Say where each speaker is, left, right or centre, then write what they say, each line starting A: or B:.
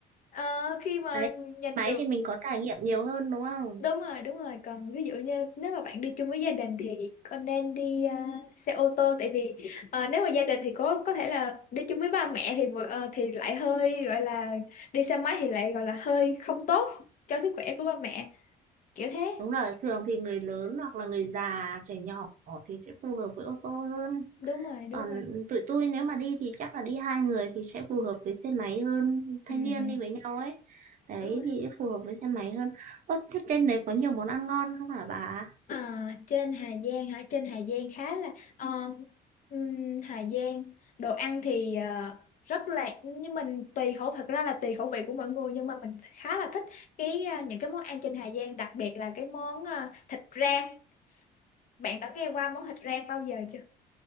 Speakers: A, on the left (about 50°); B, on the right (about 50°).
A: Ờ, khi mà
B: đấy
A: nhìn
B: Máy
A: được
B: thì mình có trải nghiệm nhiều hơn đúng không?
A: Đúng rồi, đúng rồi. Còn ví dụ như nếu mà bạn đi chung với gia đình thì con nên đi à, xe ô tô tại vì ờ, nếu mà gia đình thì có có thể là đi chung với ba mẹ thì mọi- ờ, thì lại hơi gọi là đi xe máy thì lại gọi là hơi không tốt cho sức khỏe của ba mẹ, kiểu thế.
B: Đúng rồi, thường thì người lớn hoặc là người già, trẻ nhỏ thì sẽ phù hợp với ô tô hơn.
A: Đúng rồi, đúng
B: còn
A: rồi.
B: tụi tôi nếu mà đi thì chắc là đi hai người thì sẽ phù hợp với xe máy hơn thanh
A: Ừ,
B: niên
A: ừ.
B: đi với nhau ấy đấy
A: đúng
B: thì phù hợp với xe máy hơn ơ thế trên đấy có nhiều món ăn ngon không hả bà
A: À, trên Hà Giang hả? Trên Hà Giang khá là ờ, ừm, Hà Giang đồ ăn thì ờ, rất là nhưng mình tùy khẩu thật ra là tùy khẩu vị của mọi người nhưng mà mình khá là thích cái ờ, những cái món ăn trên Hà Giang đặc biệt là cái món ờ, thịt rang. Bạn đã nghe qua món thịt rang bao giờ chưa?